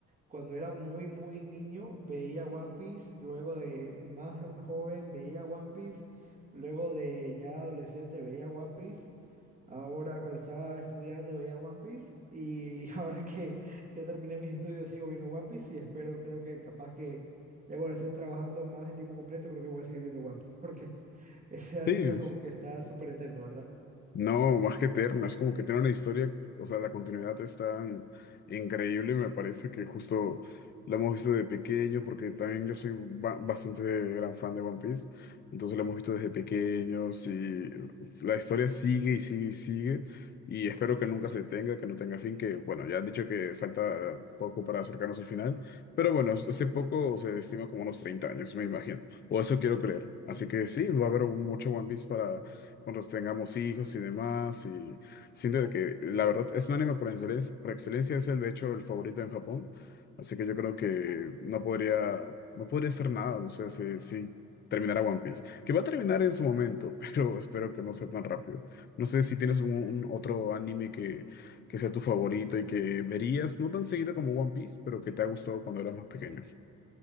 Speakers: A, on the right; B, on the left.
A: cuando era muy, muy niño veía One Piece, luego de más joven veía One Piece, luego de ya adolescente veía One Piece. Ahora, cuando estaba estudiando, veía One Piece y <laughs> ahora que ya terminé mis estudios, sigo viendo One Piece y espero, creo que capaz que ya cuando esté trabajando más en tiempo completo, creo que voy a seguir viendo One Piece porque <laughs> ese anime
B: Sí.
A: como que está súper eterno, ¿verdad?
B: No, más que eterna, es como que tiene una historia, o sea, la continuidad es tan increíble, me parece que justo la hemos visto de pequeño, porque también yo soy ba- bastante gran fan de One Piece, entonces la hemos visto desde pequeños y la historia sigue y sigue y sigue, y espero que nunca se detenga, que no tenga fin, que bueno, ya han dicho que falta poco para acercarnos al final, pero bueno, ese poco se estima como unos 30 años, me imagino, o eso quiero creer, así que sí, va a haber mucho One Piece para cuando tengamos hijos y demás. Y siento de que la verdad es un anime por excelencia, por excelencia es el de hecho el favorito en Japón. Así que yo creo que no podría, no podría hacer nada, no sé si, si terminara One Piece, que va a terminar en su momento, <laughs> pero espero que no sea tan rápido. No sé si tienes algún un otro anime que, que sea tu favorito y que verías, no tan seguido como One Piece, pero que te ha gustado cuando eras más pequeño.